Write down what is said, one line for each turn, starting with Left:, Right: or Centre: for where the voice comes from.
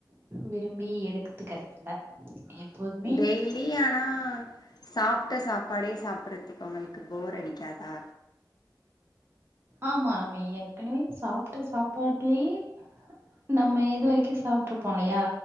Right: விரும்பி எடுத்துக்கறதில்ல எப்போதுமே
Left: டெய்லி ஆனா சாப்ட்ட சாப்பாடே சாப்பட்றத்துக் உங்களுக்கு போர் அடிக்காதா
Right: ஆமா நம்ம ஏற்கனவே சாப்ட்ட சாப்பாட்லயே நம்ம இது வரைக்கு சாப்ட்ருப்போ இல்லயா